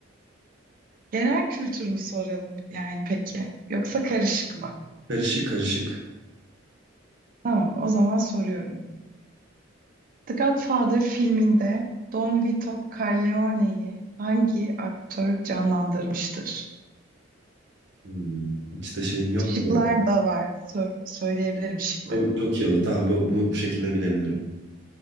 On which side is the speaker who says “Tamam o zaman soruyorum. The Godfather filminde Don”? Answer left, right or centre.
Right